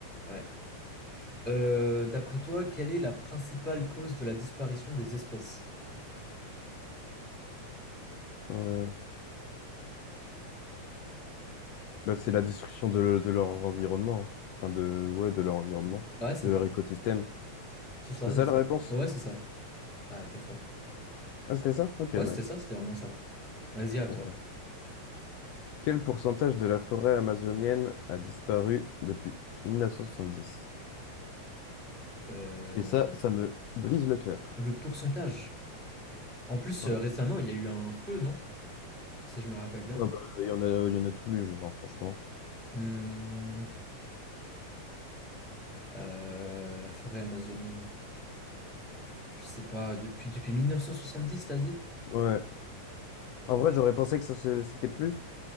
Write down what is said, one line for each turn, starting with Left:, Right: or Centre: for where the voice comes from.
Centre: ouais. Euh, d'après toi, quelle est la principale cause de la disparition des espèces?
Left: Euh, bah, c'est la destruction de, le- de leur environnement. hein. Enfin, de, ouais, de leur environnement,
Centre: Ah Ouais, c'est
Left: de
Centre: ça.
Left: leur écosystème.
Centre: C'est ça,
Left: C'est
Centre: c'est
Left: ça
Centre: ça.
Left: la réponse?
Centre: Ouais, c'est ça. Ah, t'es fort.
Left: Ah, c'était ça? Ok,
Centre: Ouais,
Left: nice.
Centre: c'était ça, c'était vraiment ça. Vas-y, à
Left: Ok.
Centre: toi.
Left: Quel pourcentage de la forêt amazonienne a disparu depuis 1970?
Centre: Euh,
Left: Et ça, ça me brise le cœur.
Centre: le pourcentage. En plus,
Left: Ah
Centre: euh, récemment, il y a eu un feu, non? Si je me rappelle bien.
Left: bah, il y en a, il y en a tous les jours, hein, franchement.
Centre: Hmm, Euh, la forêt amazonienne, je sais pas, depuis, depuis 1970, t'as dit?
Left: Ouais. En
Centre: Euh,
Left: vrai, j'aurais pensé que ça, c'est- c'était plus,